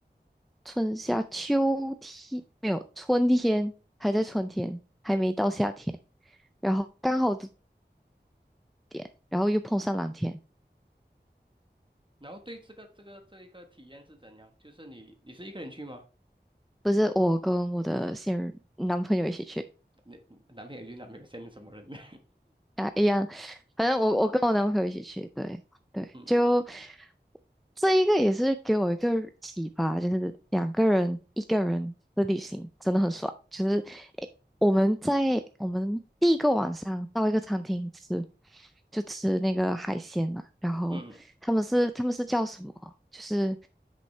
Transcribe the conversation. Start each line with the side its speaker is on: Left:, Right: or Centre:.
Centre: 春夏秋天，没有春天，还在春天，还没到夏天，然后刚好这点，然后又碰上蓝天。
Right: 然后对这个这个这一个体验是怎样？就是你你是一个人去吗？
Centre: 不是我跟我的现任男朋友一起去
Right: 你男朋友去，男朋友现在什么人？<laughs> 呢？
Centre: 啊，一样，反正我我跟我男朋友一起去，对对，
Right: 嗯
Centre: 就这一个也是给我一个启发，就是两个人一个人的旅行真的很爽，就是我们在我们第一个晚上到一个餐厅吃，就吃那个海鲜嘛。然后他们是他们是叫什么？
Right: 嗯
Centre: 就是